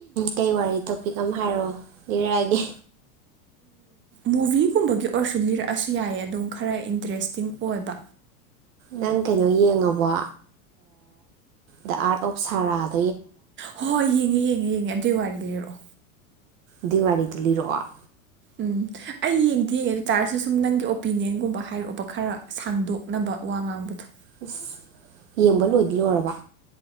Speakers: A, on the right (about 70°); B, on the right (about 25°).
A: ꯀꯩ ꯋꯥꯔꯤ ꯇꯣꯄꯤꯛ ꯑꯃ ꯍꯥꯏꯔꯛꯣꯑꯣ ꯂꯤꯔꯛꯑꯒꯦ
B: ꯃꯨꯚꯤꯒꯨꯝꯕꯒꯤ ꯑꯣꯏꯔꯁꯨ ꯂꯤꯔꯛꯑꯁꯨ ꯌꯥꯏꯑ ꯑꯗꯨꯝ ꯈꯔ ꯏꯟꯇꯔꯦꯁꯇꯤꯡ ꯑꯣꯏꯕ
A: ꯅꯪ ꯀꯩꯅꯣ ꯌꯦꯡꯉꯕꯣ ꯗ ꯑꯔꯠ ꯑꯣꯐ ꯁꯔꯖ
B: ꯍꯣꯏ ꯌꯦꯡꯉꯦ ꯌꯦꯡꯉꯦ ꯌꯦ ꯑꯗꯨꯏ ꯋꯥꯔꯤ ꯂꯤꯔꯛꯑꯣ
A: ꯑꯗꯨ ꯋꯥꯔꯤꯗꯨ ꯂꯤꯔꯛꯑꯣ
B: ꯎꯝ ꯑꯩ ꯌꯦꯡꯗꯦ ꯌꯦꯡꯉꯦ ꯑꯗꯨ ꯑꯣꯏꯇꯥꯥꯔꯁꯨ ꯁꯨꯝ ꯅꯪꯒꯤ ꯑꯣꯄꯤꯅꯤꯌꯟꯒꯨꯝꯕ ꯍꯥꯏꯔꯛꯑꯣꯕ ꯈꯔ ꯁꯥꯡꯗꯣꯛꯅꯕ ꯋꯥ ꯉꯥꯡꯕꯗꯣ
A: <unintelligible> ꯌꯦꯡꯕ ꯂꯣꯏꯗꯤ ꯂꯣꯏꯔꯕ